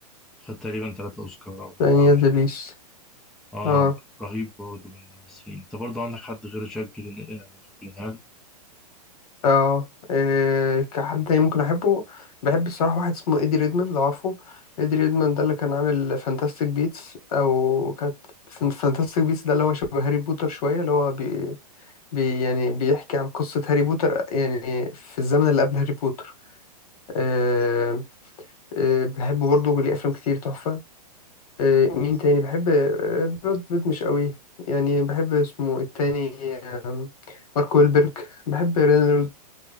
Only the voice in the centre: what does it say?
خد تقريبا تلاتة أوسكار أو
أربعة مش
فاكر اه
رهيب برضو من الممثلين انت برضو عندك حد غير جاك جلين... آه، جيلنهال